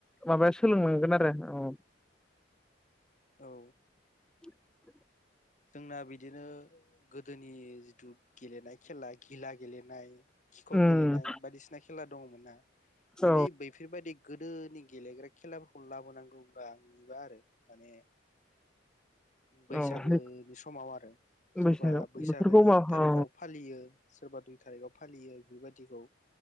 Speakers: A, in the centre; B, on the left.
A: माबाया सोलोंनांगौ हागोन आरोे औ
B: औ
A: <inaudible>
B: जोंना बिदिनो गोदोनि जिथु गेलेनाय खेला गिला गेलेनाय खिखर
A: उम
B: गेलेनाय बायदिसिना खेला दंङमोना
A: औ
B: बै बैफोरबायदि गोदोनि गेलेग्रा खेला लाबोनांगौब्ला आंनिबा आरो माने बैसागोनि
A: औ
B: समाव आरो सोरबा
A: बैसागु
B: बैसागोनि
A: बेफोरखौ माव
B: एक थारिखाव
A: औ
B: फालियो सोरबा दुइ थारिखाव फालियो बेफोरबायदिखौ